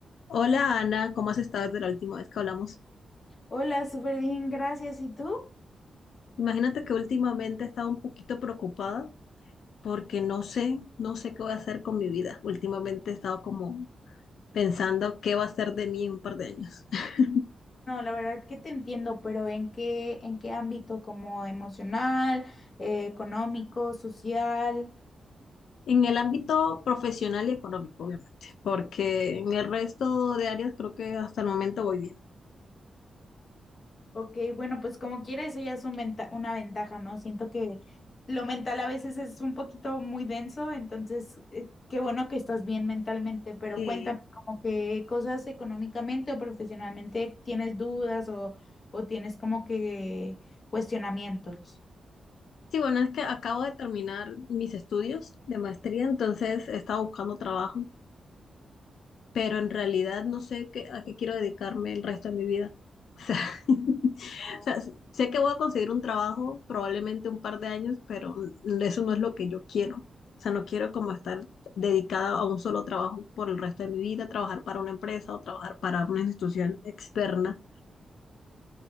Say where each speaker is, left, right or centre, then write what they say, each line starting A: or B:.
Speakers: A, on the left; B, on the left.
A: Hola Ana, ¿cómo has estado desde la última vez que hablamos?
B: Hola, súper bien, gracias. ¿Y tú?
A: Imagínate que últimamente he estado un poquito preocupada porque no sé, no sé qué voy a hacer con mi vida. Últimamente he estado como pensando qué va a ser de mí en un par de años. <laughs>
B: No, la verdad que te entiendo, pero ¿en qué, en qué ámbito? ¿Como emocional, eh, económico, social?
A: En el ámbito profesional y económico, obviamente, porque en el resto de áreas creo que hasta el momento voy bien.
B: Ok, bueno, pues como quiera, eso ya es un venta- una ventaja, ¿no? Siento que lo mental a veces es un poquito muy denso, entonces eh, qué bueno que estás bien mentalmente, pero
A: Y
B: cuéntame, como que cosas económicamente o profesionalmente tienes dudas o, o tienes como que cuestionamientos.
A: sí, bueno, es que acabo de terminar mis estudios de maestría, entonces he estado buscando trabajo pero en realidad no sé qué, a qué quiero dedicarme el resto de mi vida. O sea, <laughs>
B: Oh.
A: o sea, sé que voy a conseguir un trabajo, probablemente un par de años, pero eso no es lo que yo quiero. O sea, no quiero como estar dedicada a un solo trabajo por el resto de mi vida, trabajar para una empresa o trabajar para una institución externa.